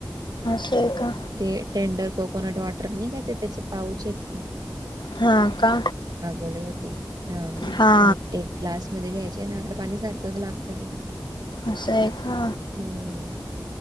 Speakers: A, on the left; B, on the right.
A: असं आहे का
B: ते टेंडर कोकोनट वॉटर नाही का ते त्याचे पाऊच आहेत ते
A: हा का?
B: हो <unintelligible> <unintelligible>
A: हा
B: घ्यायचे नारळाला पाणी सारखच लागत बघ.
A: अस आहे का?
B: हु..